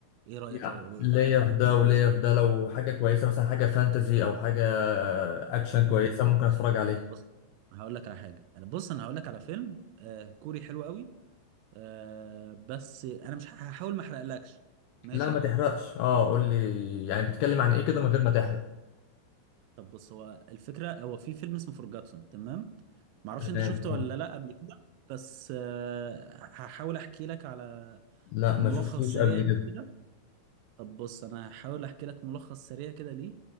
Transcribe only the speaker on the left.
يعني
ليا
في ده
وليا
في ده لو حاجه كويسه مثلا حاجه فانتزي او حاجه اكشن
كويسه ممكن اتفرج عليه
لا ما تحرقش اه قول لي يعني بتتكلم عن ايه كده من غير ما تحرق
تمام
اه
لا
ما شفتوش
قبل
كده